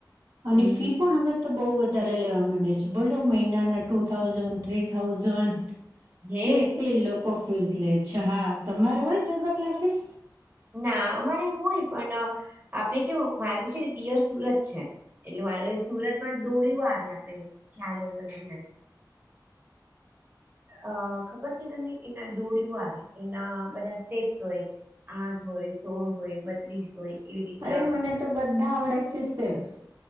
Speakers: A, on the right; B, on the right.
A: અને
B: હમ
A: ફી
B: હમ
A: પણ હવે તો બહુ વધારે લેવા માંડે છે બોલો મહિનાના ટુ થાઉઝન્ડ થ્રી થાઉઝડ
B: હે
A: એવી રીતે લોકો ફ્યુઝ લે છે હા તમારે હોય ગરબા ક્લાસીસ
B: ના અમારે હોય પણ આપડે કેવું મારું છે ને પિયર સુરત છે એટલે મારો એ સુરતમાં દોળિ આવે આપડે ખ્યાલ હોય તો તમને અ ખબર છે તમને એના ડોળિ આવે એના બધા સ્ટેપ્સ હોય આઠ હોય સોળ હોય બત્રીસ હોય એવી રીતના
A: અરે મને તો બધા આવડે છે સ્ટેપ્સ